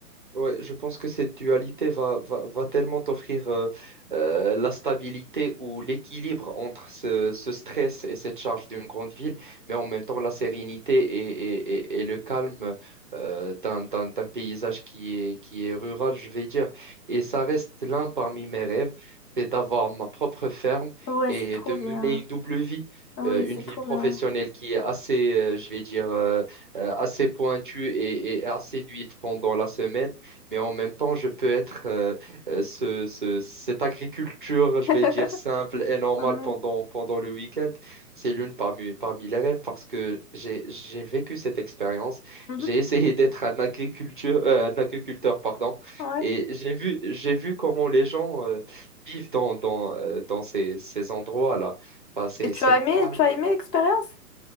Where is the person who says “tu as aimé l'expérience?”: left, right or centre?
Left